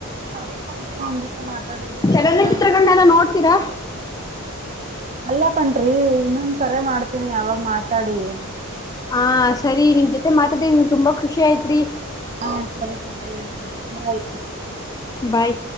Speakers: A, on the right; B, on the left.
A: ಕರಿಕಂಡು ನಿನ್ ಜೊತೆ ಮಾತಾಡಿದ್ದು ತುಂಬಾ
B: ಚಲನಚಿತ್ರಗಳನ್ನೆಲ್ಲ
A: ಖುಷಿಯಾಯಿತು.
B: ನೋಡ್ತೀರಾ
A: ಅಲ್ಲ ಕಣ್ರಿ ಇನ್ನೊಂದ ಕರೆ ಮಾಡ್ತೀನಿ ಯಾವಾಗ ಮಾತಾಡಿ
B: ಹ ಸರಿ ನಿಮ ಜೊತೆ ಮಾತಾಡಂಗ ತುಂಬಾ ಖುಷಿ ಆಯತ್ರಿ
A: ಹಾ ಸರಿ ಕಣ್ರಿ ಬಾಯ್.
B: ಬಾಯ್